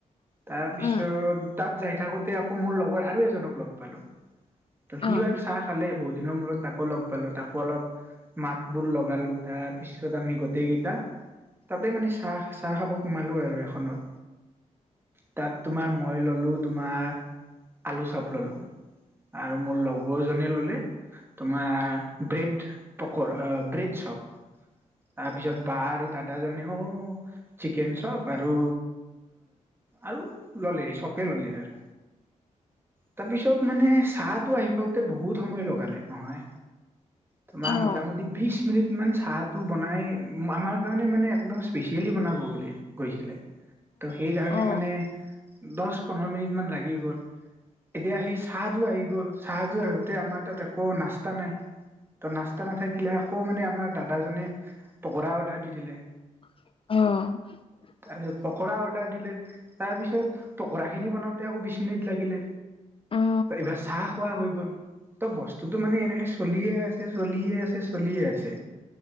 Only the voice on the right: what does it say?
তাৰপিছত
তাত যাই থাকোতে আকৌ মোৰ লগৰ আৰু এজনক লগ পালোঁ। ত সি
বাৰু চাহ খালে বহুত, দিনৰ মূৰত তাকো লগ পালো তাকো অলপ মাত। বোৰ লগালো তাৰপিছত আমি গোটেইকেইটা তাতে মানে চাহ চাহ খাব সোমালোঁ আৰু এখনত তাত, তোমাৰ মই ল'লোঁ তোমাৰ, আলু চপ ল'লোঁ আৰু মোৰ লগৰজনে ল'লে তোমাৰ ব্ৰেড পকৰা। ব্ৰিজ সপ তাৰপিছত। বা আৰু দাদাজনেও। চিকেন চপ আৰু আৰু ল'লে চবে ল'লে আৰু। তাৰপিছত মানে চাত। টো আহি পাওঁতে বহুত সময় লগালে নহয় তোমাৰ
ম মোটামুটি বিশ মিনিট মান। চাহটো বনাই আমাৰ কাৰণে মানে একদম স্পেচিয়েলি বনাব বুলি গৈছিলে, ত' সেইকাৰণে
মানে দহ পোন্ধৰ মিনিট মান লাগিব গল এতিয়া সেই চাহটো আহি গ'ল, চাহটো আহোতে আমাৰ তাত একো নাস্তা নাই। টা নাথাকিলে আকৌ মানে আমাৰ দাদাজনে, পকৰা অৰ্ডাৰ দি দিলে,
তাৰপিছত পকৰা অৰ্ডাৰ দিলে তাৰ পিছত পকৰা খিনি বনাওঁ। এয়া আকৌ বিশ মিনিট লাগিলে
এইবাৰ চাহ খোৱা হৈ গল। ত বস্তুতটো মানে এনেকে চলিয়ে আছে। চলিয়ে আছে, চলিয়ে আছে।